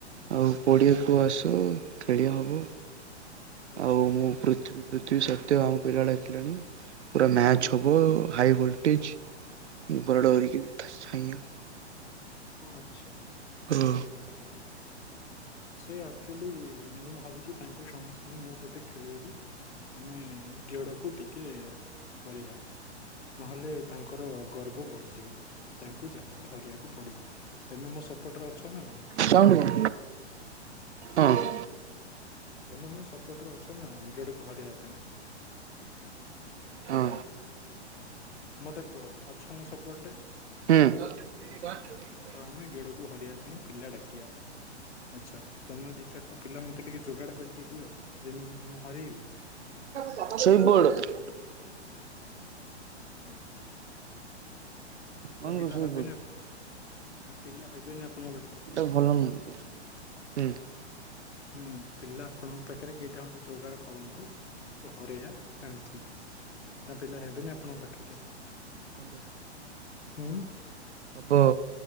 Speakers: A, on the right; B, on the left.
A: ଆଉ ପଡ଼ିଆକୁ ଆସ ଖେଳି ହବ
B: ଆଚ୍ଛା
A: ଆଉ ମୁଁ ପୃ ପୃଥିବୀ ପୃଥିବୀ ସତ୍ୱେ ଆମ ପିଲା ଡାକିଲାଣି ପୁରା ମ୍ୟାଚ୍
B: ହୁଁ
A: ହେବ ହାଇ ଭୋଲ୍ଟେଜ୍। ମୁଁ ପୁରା ଡ଼ରିକି ଥାଶ୍ ଥେଇୟା।
B: ଓ ଆଚ୍ଛା
A: ହଁ
B: ଏମିତି କଥା ତାହେଲେ। ସେ ଆକ୍ଚୁଆଲି ମୁଁ ଭାବୁଛି ତାଙ୍କୁ ସମସ୍ତଙ୍କୁ ମୋ ପଟେ ଖେଳେଇବି। ଆମେ ଗେଡ଼କୁ ଟିକେ ହରେୟା। ନହେଲେ ତାଙ୍କର ଗର୍ବ ବଢିଯିବ ତାଙ୍କୁ ଯାହାଲେ ହରେବାକୁ ପଡିବ। ତମେ ମୋ ସପୋର୍ଟ ରେ ଅଛ ନା ନାହିଁ?
A: ଚାଉମିନ୍ ହଁ।
B: ତମେ ମୁଁ ସପୋଟ ରେ ଅଛ ନାହିଁ ଗେଡୁକୁ ହରେବା ପାଇଁ?
A: ହଁ।
B: ମତେ କୁହ ଅଛ ମୋ ସପୋର୍ଟ ରେ?
A: ହୁଁ।
B: ହଁ ଆମେ ଗେଡୁକୁ ହରେବା ପାଇଁ ପିଲା ଡାକିବା। ଆଚ୍ଛା ତମେ ଦି ଚାରିଟା ପିଲା ମତେ ଟିକେ ଯୋଗାଡ କରିକି ଦିଅ ଯେମିତି କିି ମୁଁ ହରେଇବି।
A: ଶୋଇପଡ଼।
B: ଓ
A: ଅନକୁ
B: ନା ପିଲା
A: ଶୋଇପଡ
B: ହେବେନି ନା ପିଲା ହେବେନି ଆପଣଙ୍କ ପାଖରେ?
A: ଏଟା ଭଲ ନୁହନ୍ତି ହୁଁ।
B: ହୁଁ ପିଲା ଆପଣଙ୍କ ପାଖରେ କେଇଟା ଖଣ୍ଡେ ଯୋଗାଡ଼ କରନ୍ତୁ ତ ହରେଆ ଏମିତି। ନା ପିଲା ହେବେନି ଆପଣଙ୍କ ପାଖରେ
A: ହବ
B: ହୁଁ?
A: ବ।